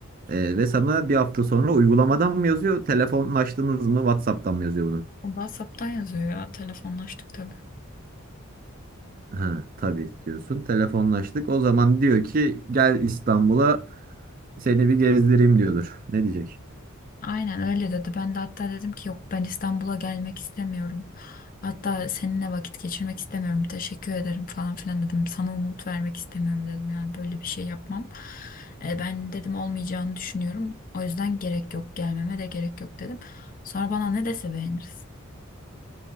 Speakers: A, on the right; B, on the left.
A: Ee, ve sana bir hafta sonra uygulamadan mı yazıyor, telefonlaştınız mı, WhatsApp'tan mı yazıyor bunu?
B: WhatsApp'tan yazıyor ya telefonlaştık tabii.
A: Ha, tabii diyorsun. Telefonlaştık. O zaman diyor ki gel İstanbul'a seni bir gezdireyim diyordur. Ne diyecek?
B: Aynen öyle dedi. Ben de hatta dedim ki yok ben İstanbul'a gelmek istemiyorum. Hatta seninle vakit geçirmek istemiyorum. Teşekkür ederim falan filan dedim. Sana umut vermek istemiyorum dedim. Yani böyle bir şey yapmam. E, ben dedim olmayacağını düşünüyorum. O yüzden gerek yok gelmeme de gerek yok dedim. Sonra bana ne dese beğeniriz.